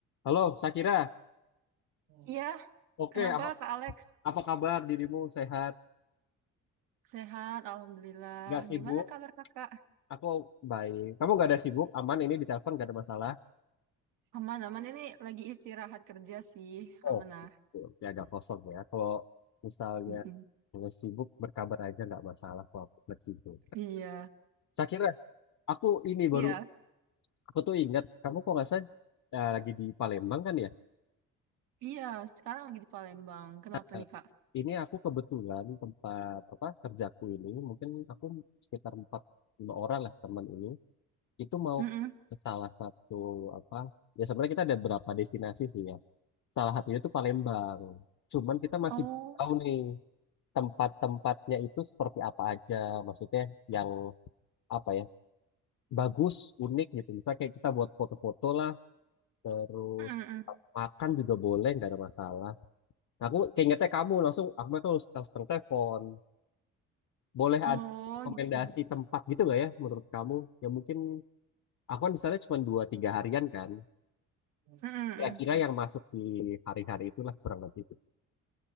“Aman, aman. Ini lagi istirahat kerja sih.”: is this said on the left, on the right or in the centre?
Right